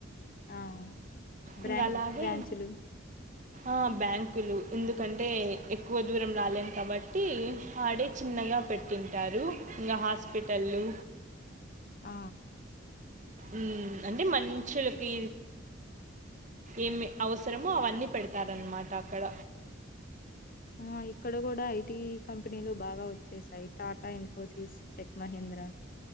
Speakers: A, on the left (about 45°); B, on the right (about 40°).
A: ఆ బ్రాంక్
B: ఇంకా అలాగే
A: బ్రాంచులు.
B: ఆ బ్యాంకులు. ఎందుకంటే ఎక్కువ దూరం రాలేము కాబట్టి ఆడే చిన్నగా పెట్టింటారు ఇంకా హాస్పిటల్లుు
A: ఆ
B: ఉమ్. అంటే మషులకి ఏమి అవసరమో అవన్నీ పెడతారన్నమాట అక్కడ
A: ఆ ఇక్కడ కూడా ఐటీ కంపెనీలు బాగా వచ్చేసాయి టాటా ఇన్ఫోసిస్ టెక్ మహీంద్ర